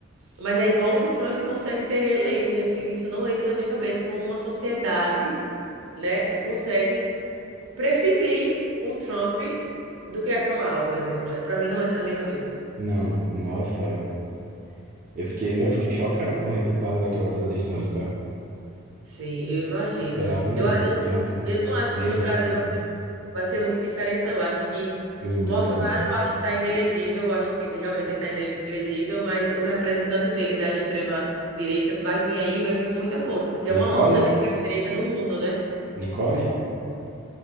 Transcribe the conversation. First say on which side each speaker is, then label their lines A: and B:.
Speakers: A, on the right; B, on the right.
A: Mas aí volta o Trump e consegue ser reeleito. E assim, isso não entra na minha cabeça como uma sociedade, né, consegue preferir o Trump do que a Kamala, por exemplo. Para mim não entra na minha cabeça.
B: Não, nossa, eu fiquei, não, eu fiquei chocado com o resultado daquelas eleições, tá?
A: Sim, eu imagino.
B: Esperava mesmo.
A: Eu, eu,
B: Trump com
A: eu
B: com
A: não acho
B: ideias
A: que no
B: absurdas.
A: Brasil vai, vai ser muito diferente, não. Eu acho que
B: Menino.
A: Bolsonaro,
B: né?
A: eu acho que está inelegível, eu acho que realmente ele está inelegível, mas o representante dele da extrema-direita vai vir aí, vai vir com muita força, porque é
B: Nicole?
A: uma onda de extrema-direita no mundo, né?
B: Nicole?